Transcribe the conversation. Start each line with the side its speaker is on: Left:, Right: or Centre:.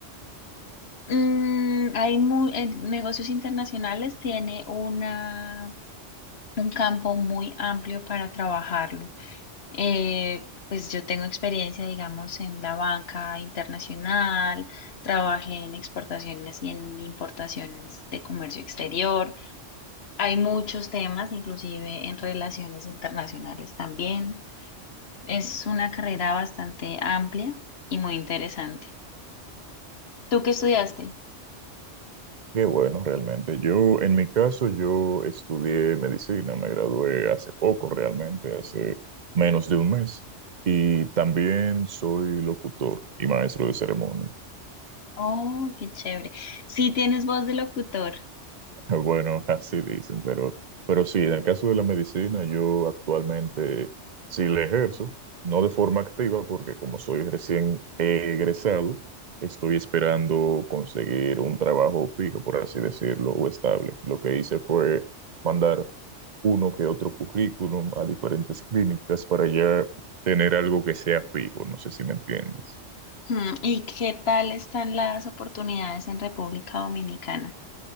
Left: mm, hay mu- eh, negocios internacionales tiene una, un campo muy amplio para trabajarlo. Eh, pues yo tengo experiencia, digamos, en la banca internacional, trabajé en exportaciones y en importaciones de comercio exterior. Hay muchos temas, inclusive en relaciones internacionales también. Es una carrera bastante amplia y muy interesante. ¿Tú qué estudiaste?
Right: Qué bueno, realmente. Yo, en mi caso, yo estudié medicina, me gradué hace poco, realmente, hace menos de un mes. Y también soy locutor y maestro de ceremonias.
Left: Oh, qué chévere. Sí tienes voz de locutor.
Right: <laughs> Bueno, así dicen, pero, pero sí, en el caso de la medicina, yo actualmente sí la ejerzo, no de forma activa, porque como soy recién egresado, estoy esperando conseguir un trabajo fijo, por así decirlo, o estable. Lo que hice fue mandar uno que otro currículum a diferentes clínicas para ya tener algo que sea fijo, no sé si me entiendes.
Left: Hmm, ¿Y qué tal están las oportunidades en República Dominicana